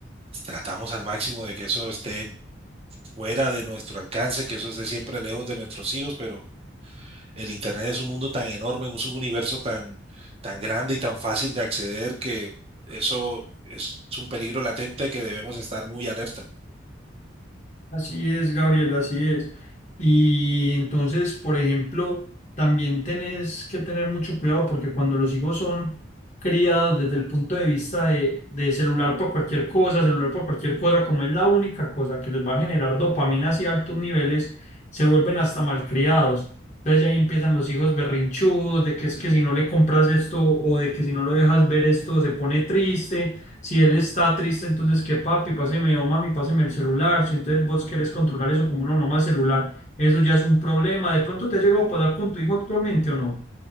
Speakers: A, on the right; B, on the left.
A: tratamos al máximo de que eso esté fuera de nuestro alcance, que eso esté siempre lejos de nuestros hijos, pero el Internet es un mundo tan enorme, un subuniverso tan, tan grande y tan fácil de acceder que eso es un peligro latente que debemos estar muy alerta.
B: Así es, Gabriel, así es. Y entonces, por ejemplo, también tenés que tener mucho cuidado porque cuando los hijos son criados desde el punto de vista de, de celular por cualquier cosa, celular por cualquier cosa, como es la única cosa que les va a generar dopamina y altos niveles, se vuelven hasta malcriados. Entonces ya ahí empiezan los hijos berrinchudos, de que es que si no le compras esto o de que si no lo dejas ver esto se pone triste si él está triste, entonces que papi, páseme o mami, páseme el celular. Si entonces vos querés controlar eso como no, no más celular, eso ya es un problema. ¿De pronto te ha llegado a pasar con tu hijo actualmente o no?